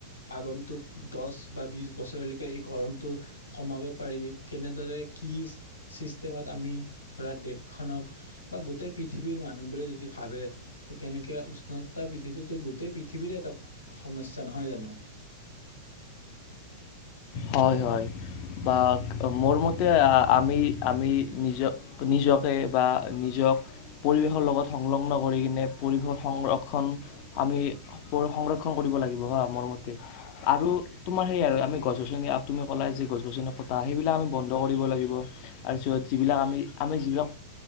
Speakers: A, on the left; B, on the left.
A: আগন্তুক দছ বা বিছ বছ <unintelligible> এই গৰমটো কমাব পাৰি, কেনেদৰে কি চিষ্টেমত আমি ধৰা দেশখনক বা গোটেই পৃথিৱীৰ মানুহবোৰে যদি ভাবে! কেনেকে উষ্ণতা বৃদ্ধিটোতো গোটেই পৃথিৱীৰে এটা সমস্যা নহয় জানো?
B: হয় হয়, বা মোৰ মতে আমি-আমি নিজক, নিজকে বা নিজক পৰিৱেশৰ লগত সংলগ্ন কৰি কিনে পৰিৱেশৰ সংৰক্ষণ আমি সংৰক্ষণ কৰিব লাগিব হা মোৰ মতে আৰু তোমাৰ সেই আৰু আমি গছ-গছনি আৰু তুমি ক'লা যে গছ গছনি কটা সেইবিলাক আমি বন্ধ কৰিব লাগিব, আৰু য'ত যিবিলাক আমি-আমি যিবিলাক